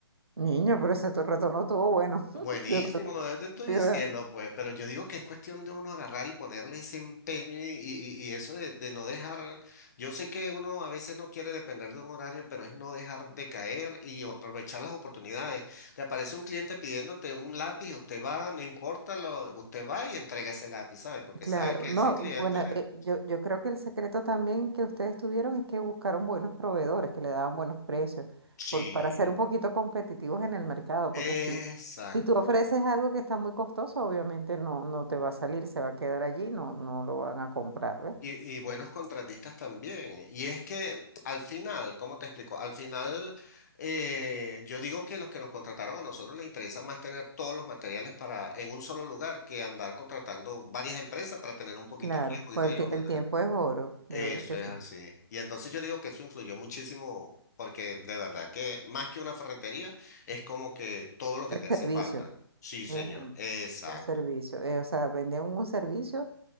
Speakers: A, on the right; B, on the left.
A: Niño, pero ese tu retorno estuvo bueno.
B: Buenísimo,
A: <laughs> De
B: yo te estoy
A: verdad.
B: diciendo, pues, pero yo digo que es cuestión de uno agarrar y ponerle ese empeño y, y- y eso de, de no dejar, yo sé que uno a veces no quiere depender de un horario, pero es no dejar de caer y aprovechar las oportunidades. Te aparece un cliente pidiéndote un lápiz, usted va, no importa, lo, usted va y entrega ese lápiz, ¿sabe? Porque
A: Claro,
B: sabe que
A: no,
B: ese cliente
A: bueno,
B: le...
A: eh, yo, yo creo que el secreto también que ustedes tuvieron es que buscaron buenos proveedores que le daban buenos precios
B: Sí.
A: por- para ser un poquito competitivos en el mercado,
B: Exacto.
A: porque si, si tú ofreces algo que está muy costoso, obviamente no, no te va a salir, se va a quedar allí, no, no lo van a comprar, ¿ves?
B: Y, y buenos contratistas también. Y es que al final, ¿cómo te explico? Al final, eh, yo digo que los que nos contrataron a nosotros les interesa más tener todos los materiales para en un solo lugar que andar contratando varias empresas para tener un poquito
A: Claro,
B: aquí, un poquito
A: pues
B: allá,
A: el, tie-
B: un poquito
A: el tiempo
B: allá.
A: es oro,
B: Eso
A: de verdad que
B: es
A: sí.
B: así. Y entonces yo digo que eso influyó muchísimo porque de verdad que más que una ferretería es como que todo lo que
A: El
B: te hace
A: servicio,
B: falta. Sí, señor.
A: ajá,
B: Exacto.
A: el servicio, eh, o sea, vendían un servicio